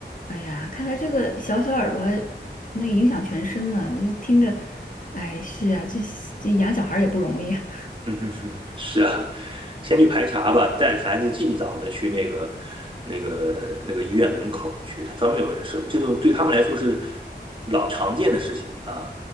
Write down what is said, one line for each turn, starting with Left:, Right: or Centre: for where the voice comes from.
Left: 哎呀，看来这个小小耳朵那影响全身呢，听着，哎，是啊，这这养小孩儿也不容易啊
Right: <laughs> 嗯哼哼，<laughs> 是啊，先去排查吧，带孩子尽早的去那个那个那个医院门口去，他专门有人设备这种对他们来说是老常见的事情啊，